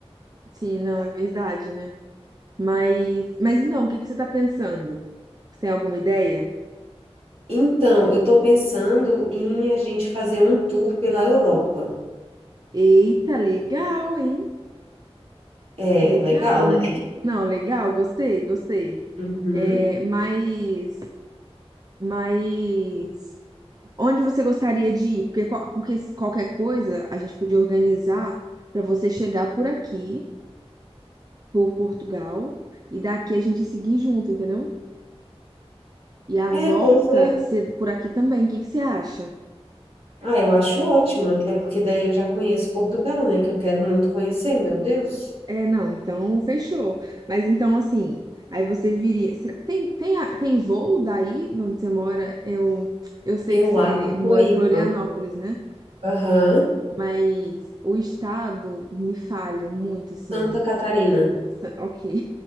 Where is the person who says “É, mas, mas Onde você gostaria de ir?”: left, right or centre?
Right